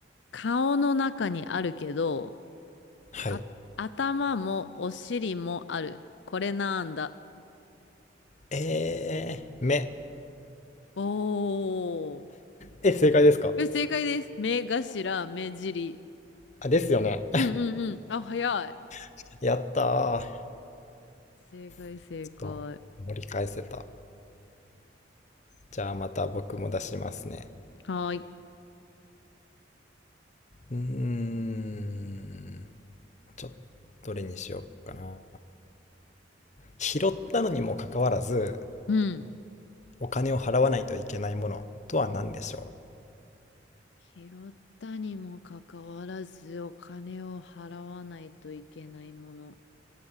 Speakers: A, on the left; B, on the left.
A: 顔の中にあるけど、
B: はい。
A: あ、頭もお尻もある。これなんだ。
B: えー、目。
A: おー。
B: え、正解ですか
A: え、正解です。目頭、目尻。
B: あ、ですよね。
A: うんうんうん。あ、早い。
B: <laughs> やったー。ちょ
A: 正解、
B: っと、
A: 正解。
B: 盛り返せた。じゃあまた僕も出しますね。
A: はーい。
B: うーん。ちょっと、どれにしようかな。拾ったのにもかかわらず、
A: うん。
B: お金を払わないといけないものとは何でしょ
A: 拾ったにもかかわらずお金を払わないといけないもの。